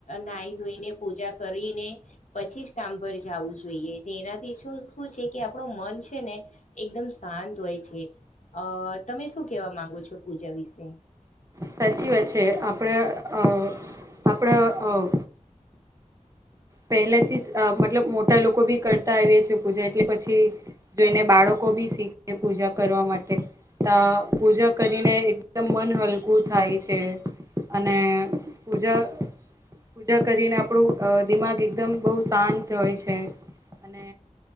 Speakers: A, on the left; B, on the right.
A: નાઈ ધોઈને પૂજા કરીને, પછીજ કામ પર જાવું જોઈએ, તે એનાથી શું શું છે કે આપડુ મન છે ને એકદમ શાંત હોય છે. અહ તમે શું કેવા માંગો છો, પૂજા વિશે?
B: સાચી વાત છે. આપડે અહ આપડા અહ પહેલાથી જ મતલબ મોટા લોકો બી કરતા આવીએ છે પૂજા, એટલે પછી જો એને બાળ કો બી શીખે પૂજા કરવા માટે તા પૂજા કરીને એકદમ મન હલકું થાય છે. અને પૂજા પૂજા કરીને આપણું. દિમાગ એકદમ બહુ શાંત હોય છે, અને